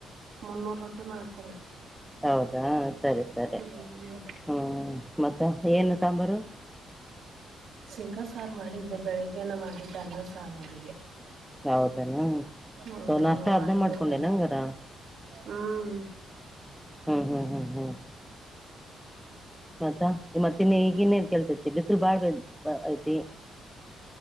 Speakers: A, on the right (about 70°); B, in the centre.
A: ಮುನ್ನೂರು ರೊಟ್ಟಿ ಮಾಡ್ಕೊ
B: ಹೌದಾ ಸರಿ ಸರಿ
A: ಹ್ಮ್
B: ಹ್ಮ ಮತ್ತ ಏನು ಸಾಂಬಾರು
A: ಸಿಂಗ ಸಾರ್ ಮಾಡಿದ್ದೆ ಬೆಳಗ್ಗೆನ್ನ ಮಾಡಿದ್ದೆ ಅನ್ನ ಸಾರ್ ಅವರಿಗೆ
B: ಹೌದನಾ
A: ಹ್ಮ್
B: ನಷ್ಟ ಆದನ
A: ಇವ್ರಿಗೆ
B: ಮಾಡ್ಕೊಂಡೆ ನಂಗಾರ
A: ಹ್ಮ್
B: ಹ್ಮ್ ಹ್ಮ್ ಹ್ಮ್ ಹ್ಮ್ ಮತ್ತ ಮತ್ತೆ ಇನ್ನೆ ಈಗಿನ್ನೇನ್ ಕೆೇಲ್ತ ಬಿಸಲು ಬಾಳ್ ಬ ಐತಿ